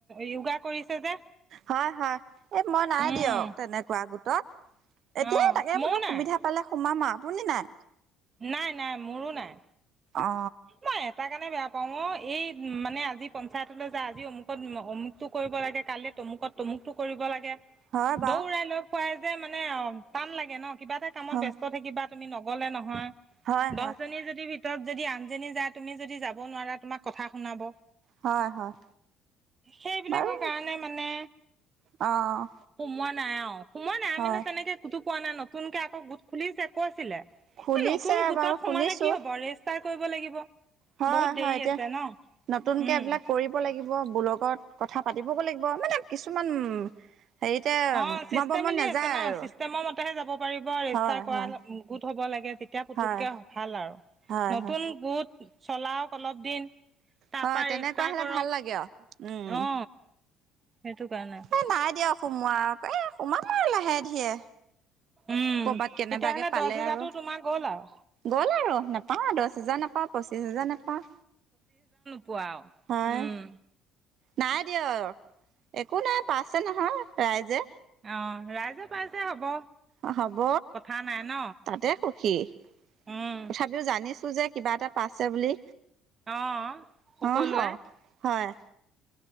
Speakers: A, on the right; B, on the right.
A: য়োগা কৰিছে যে
B: হয়-হয় এ মই নাই
A: উম
B: দিয়ক, তেনেকুৱা গোট গোটত। এতিয়া
A: অ
B: তাকে
A: ময়ো
B: বোলো
A: নাই
B: সুবিধা পালে সোমাম আৰু আপুনি নাই
A: নাই- নাই মোৰো নাই।
B: অ
A: মই এটা কাৰণে বেয়া পাওঁ অ এই মানে আজি পঞ্চায়তলৈ যে আজ আজি অমুকত অমুকতটো কৰিব লাগে, কালি তমুকত তমুকটো কৰিব লাগে।
B: হয় বাৰু
A: দৌৰাই লৈ ফুৰাই যে মানে অ টান লাগে ন কিবা এটা কামত
B: হয়
A: ব্যস্ত থাকিবা তুমি নগ'লে নহয়।
B: হয়
A: দহ
B: হয়
A: জনীয়ে যদি ভিত তক যদি আন যোনে যায় তুমি যদি যাব নোৱাৰা, তোমাক কথা শুনাব।
B: হয় হয়
A: সেইবিলাকৰ
B: বাৰু
A: কাৰণে মানে,
B: অ',
A: সোমোৱাত নাই আও সোমাৱা নাই
B: হয়
A: মানে তেনেকে কোতো পোৱা নাই ন। নতুনকে আকৌ গোট খুলিছে কৈছিলে।
B: খুলিছে
A: এ নতুন গোটত
B: বাৰু
A: সোমালে
B: শুনিছো
A: কি হ'ব, ৰেষ্টাৰ কৰিব ব লাগিব।
B: হয়,
A: বহুত দেৰি
B: হয়। এতিয়া
A: আছে ন
B: নতুনকে
A: উম
B: এইবিলাক কৰিব লাগিব। ওঅ', বুলকত কথা পাতিবগৈ লাগিব। মানে কিছুমান হেৰিতে
A: অ',
B: সোমাব
A: চিষ্টেমেলি
B: মন নাযায়
A: আছে ন,
B: আৰু
A: চিষ্টেমৰ মতেহে যাব পাৰিব। ৰেজিষ্টাৰ
B: হয়,
A: কৰা
B: হয়,
A: গোট হ'ব লাগে। তেতিয়া পুতুককে
B: হয়,
A: ভাল আৰু।
B: হয়,
A: নতুন
B: হয়,
A: গোট চলাওক অলপ দিন। তাপা
B: হয় তেনেকুৱা
A: ৰেজিষ্টাৰ
B: হ'লে
A: কৰক।
B: ভাল লাগে আৰু উম।
A: অ সেইটো কাৰণে
B: এই নাই দিয়ক সোমোৱা, এ সো সোমাম আও লাহে-ধীৰে।
A: উম
B: ক'বাত কেনেবাকে
A: তেতিয়াহ'লে
B: পালে
A: দহ হেজাৰতো
B: আৰু
A: তোমাৰ গ'ল আৰু
B: গ'ল আৰু নাপাওঁ। দহ হোজাৰ নাপাওঁ, পঁচিশ হোজাৰ নাপাওঁ।
A: পোৱাও।
B: হয়
A: উম।
B: নাই দিয়ক। একো নাই, পাইছে নহয়। ৰাইজে
A: অ', ৰাইজে পাইছে হ'ব।
B: অ', হ'ব।
A: কথা নাই ন
B: তাতে সুখী,
A: উম
B: তথাপিও জানিছো যে কিবা এটা পাইছে বুলি।
A: অ', সকলোৱে।
B: অহ হয়